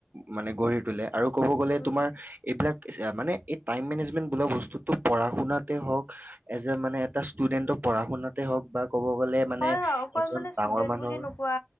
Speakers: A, on the right; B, on the left.
A: মানে গঢ়ি তোলে আৰু ক'ব গ'লে
B: উম
A: তোমাৰ এইবিলাক মানে টাইম মেনেজমেন্ট বোলা বস্তুতো পঢা শুনাতে হওক এজ এ মানে এটা ষ্টুডেন্ট পঢ়া শুনাতে হওক বা ক'ব গ'লে মানে
B: হয় হয় অকল
A: এজন
B: মানে
A: ডাঙৰ
B: ষ্টুডেন্ট
A: মানুহৰ
B: বুলি নোকোৱা